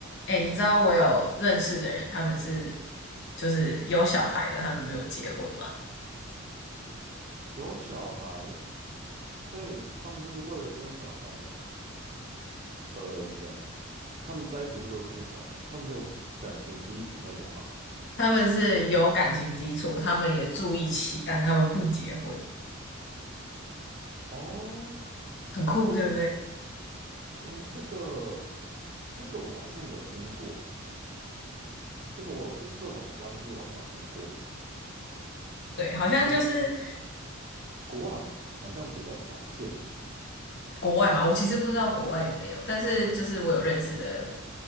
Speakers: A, on the left (about 55°); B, on the right (about 35°).
A: 哎、你知道我有认识的人，他们是就是有小孩的，他们没有结婚嘛？
B: 有小孩，所以他们是为了生小孩，呃，怎么讲？他们在一起是为了生小孩，他们是有感情基础那种吗？
A: 他们是有感情基础，
B: 哎，
A: 他们也住一起，但他们不结婚，
B: 哦，
A: 很酷，对不对？
B: 哎，这个，这个我好像有听过，这个我这这种关系我好像有听过，
A: 对，好像就是，
B: 就是
A: 嗯
B: 国外好像比较常见
A: 国外嘛，我其实不知道国外有没有，但是就是我有认识的